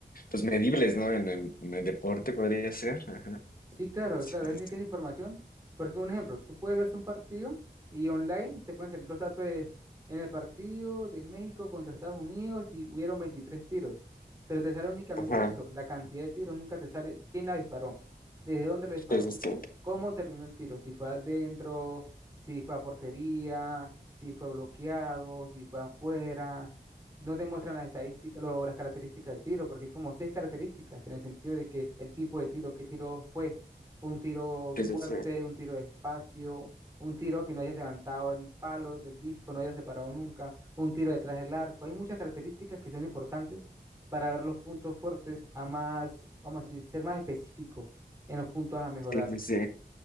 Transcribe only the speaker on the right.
Sí, claro,
claro,
es de
que es información, porque un ejemplo, tú puedes verse un partido y online te pueden salir los datos de, en el partido de México contra Estados Unidos y hubieron 23 tiros, pero te sale únicamente
eso, la cantidad de tiros, nunca te sale quién la disparó, desde dónde lo disparó,
cómo terminó el tiro, si fue adentro, si fue a portería, si fue bloqueado, si fue afuera, no te muestran las estadísticas, lo- las características del tiro, porque hay como seis características en el sentido de que el tipo de tiro, qué tiro fue fue un tiro
fuerte,
un tiro despacio, un tiro que no hayas levantado el palo del disco, no hayas separado nunca, un tiro detrás del arco. Hay muchas características que son importantes para ver los puntos fuertes a más, vamos a decir, ser más específico en los puntos a mejorar.